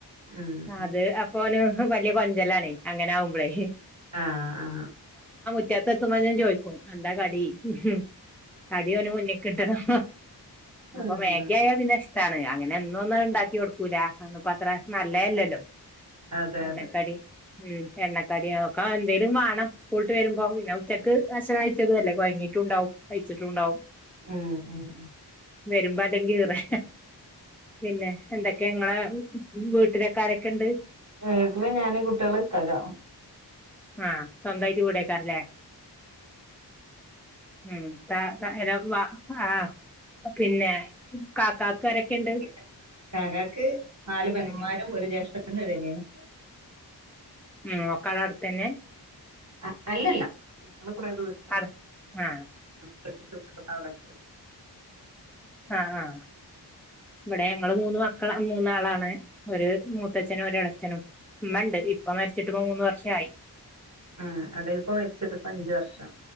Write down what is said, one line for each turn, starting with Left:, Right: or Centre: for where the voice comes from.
Right: ഉം
Centre: അത് അപ്പൊന് വലിയ കൊഞ്ചെലാണ് അങ്ങനെ ആാവുമ്പഴേ
Right: ആ ആ ആ
Centre: മുറ്റത്തെത്തുമ്പോത്തിന് ചോയിക്കും എന്താ കടി മം കടി ഓന് മുന്നിക്കിട്ടണം
Right: ഉം
Centre: അപ്പൊ മേഗി ആായ പിന്നെ ഇഷ്ടാണ് അങ്ങനെ എന്നൊ ഒന്നും ഉണ്ടാക്കി കൊടുക്കൂല അതൊന്നും പ്പോ അത്ര നല്ല <inaudible> ല്ലല്ലോ
Right: അതെ
Centre: എണക്കടി
Right: അതെ
Centre: മം എണ്ണക്കടി <inaudible> ആ എന്തേങ്കിലും വാണം സ്കൂളിട്ട് വരുമ്പോ പിന്നെ ഉച്ചയ്ക്ക് ഭക്ഷണം കഴിച്ചതല്ലേ കോയങ്ങീട്ടും ഉണ്ടാവും അല്ലേ കൊഴങ്ങിയിട്ടുണ്ടാവും പയിച്ചിട്ടുണ്ടാവും
Right: ഉം മം
Centre: വരുമ്പോ അല്ലെങ്കി ഈറെ പിന്നെ എന്തൊക്കെ ങ്ങളെ വീ <inaudible> ട്ടിലൊക്കാരൊക്കെ ഉണ്ട്
Right: വീട്ടില് ഞാന് കുട്ടികള് ഇക്കാക്ക
Centre: ആ സ്വന്തായിട്ട് വീടെക്കാരംലെ മം താ തഅ നം വാ ആ പിന്നെ ഇക്കാക്കാരൊക്കെ ണ്ട്
Right: ഇക്കാക്കക്ക് നാല് പെങ്ങന്മാരും ഒരു ജ്യേഷ്ഠനും ഒരനിയനും
Centre: ഉം ഒക്കെ ആടെ അടുത്തന്നെ
Right: ആ അല്ലല്ല ഞങ്ങള് കുറ ദൂര
Centre: ആണ് ആ
Right: കെട്ടിച്ചുട്ട്യോളൊക്കെ അവിടെൊക്കെ
Centre: ആ ആ ഇവിടെ ഞങ്ങള് മൂന്ന് മ <inaudible> ക്കള് മൂന്നാളാണ് ഒരു മൂത്തച്ഛനും ഒ എളച്ഛനും മ്മ ണ്ട് ഇപ്പ മരിച്ചിട്ട്പ്പോ മൂന്ന് വർഷായി
Right: ആ ഇവിടെ ഇപ്പ മരിച്ചിട്ട് ഇപ്പം അഞ്ച് വർഷം